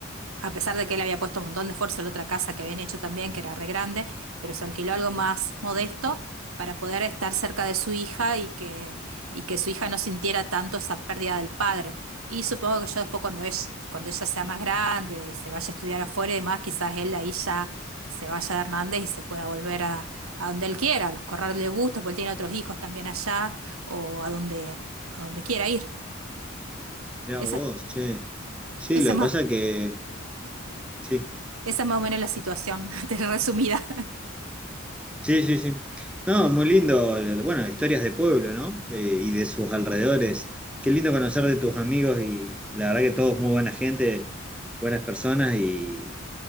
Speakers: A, on the right; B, in the centre.
A: a pesar de que él había puesto un montón de esfuerzo en la otra casa que habían hecho también, que era re grande, pero se alquiló algo más modesto para poder estar cerca de su hija y que, y que su hija no sintiera tanto esa pérdida del padre. Y supongo que yo después cuando ella, cuando ella sea más grande y se vaya a estudiar afuera y demás, quizás él ahí ya se vaya de Hernández y se pueda volver a, a donde él quiera, a los corrales de gusto, porque él tiene otros hijos también allá, o a donde, a donde quiera ir. Esa,
B: vos, che. Sí,
A: esa
B: lo
A: más,
B: que pasa que. Sí,
A: esa más o menos la situación <laughs> resumida.
B: sí, sí, sí. No, muy lindo. el- Bueno, historias de pueblo, ¿no? Eh, y de sus alrededores. Qué lindo conocer de tus amigos y la verdad que todos muy buena gente, buenas personas y,